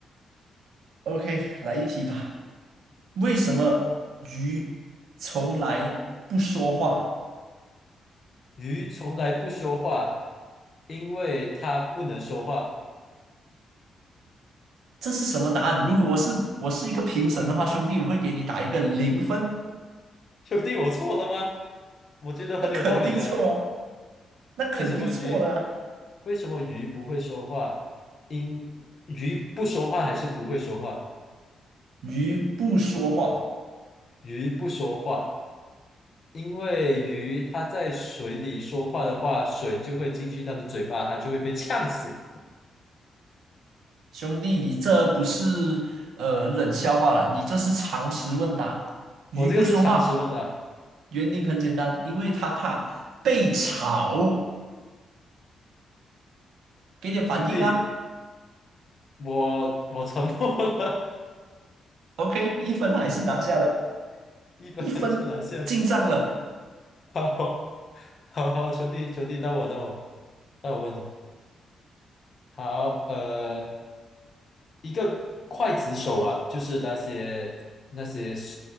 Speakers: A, on the right; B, on the left.
A: ？OK，来一题吧。为什么鱼从来不说话？
B: 鱼从来不说话，因为它不能说话。
A: 这是什么答案？如果我是我是一个评审的话，兄弟，我会给你打一个零分，
B: 兄弟，我错了吗？我觉得很有道理啊。
A: 那肯定错啊，那肯定错了啊。
B: 为什么鱼？为什么鱼不会说话？因鱼不说话还是不会说话？
A: 鱼不说话，
B: 鱼不说话，因为鱼它在水里说话的话，水就会进去它的嘴巴，它就会被呛死。
A: 兄弟，你这不是呃冷笑话了，你这是常识问答。鱼不说话，
B: 我这个是常识问的，
A: 原因很简单，因为它怕被炒。给点反应啊
B: 兄弟，我我沉默了，
A: ，OK，一分还是拿下了，
B: <laughs> 一分还是拿下。
A: 一分进账了，
B: 好，好好，兄弟，兄弟，到我，到我。那我问你，好，呃，一个刽子手啊，就是那些那些